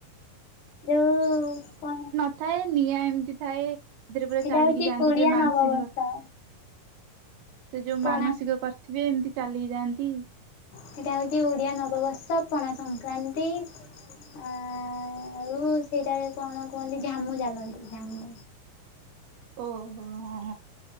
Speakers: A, on the left (about 65°); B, on the right (about 80°).
A: ଯୋଉ କଣ?
B: ଥାଏ ନିଆଁ ଏମିତି ଥାଏ। ଜେବେ ପରା
A: ସେଇଟା
B: ଚାଲିକି
A: ହଉଛି
B: ଯାଆନ୍ତି
A: ଓଡିଆ
B: ଯେ ମାନସିକ
A: ନବବର୍ଷ
B: ସେ ଯୋଉ
A: ପଣା
B: ମାନସିକ କ? ଥିବେ ଏମିତି ଚାଲିଯାଆନ୍ତି।
A: ସେଟା ହଉଛି ଓଡ଼ିଆ ନବବର୍ଷ ପଣା ସଂକ୍ରାନ୍ତି ଆ ଆଉ ସେଇଟାରେ କଣ କୁହନ୍ତି ଝାମୁ ଚାଲନ୍ତି ଝାମୁ।
B: ଓହୋ ହଁ